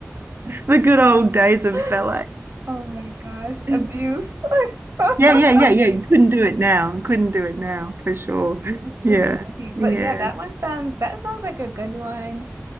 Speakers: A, on the right; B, on the right.
A: the good old days of
B: <gasps>
A: ballet.
B: Oh my gosh.
A: Yeah,
B: Abuse. <laughs> That's
A: yeah, yeah, yeah. You couldn't do it now. Couldn't do it now for sure.
B: so
A: Yeah,
B: funny. But
A: yeah.
B: yeah, that one sounds that sounds like a good one.